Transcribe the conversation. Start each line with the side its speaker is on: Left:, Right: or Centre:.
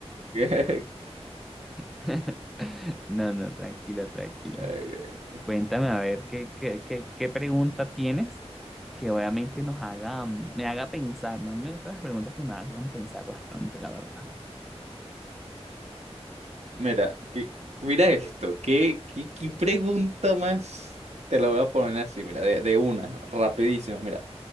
Right: <laughs>
Centre: <laughs> No, no, tranquilo, tranquilo.
Right: Eh,
Centre: Cuéntame a ver qué, qué, qué, qué pregunta tienes que obviamente nos haga, mm, me haga pensar, ¿no? A mí Me gustan las preguntas que me hagan pensar bastante, la verdad.
Right: Mira, que, mira esto, ¿qué, qué, qué pregunta más? Te la voy a poner así, mira, de, de una, rapidísimo, mira.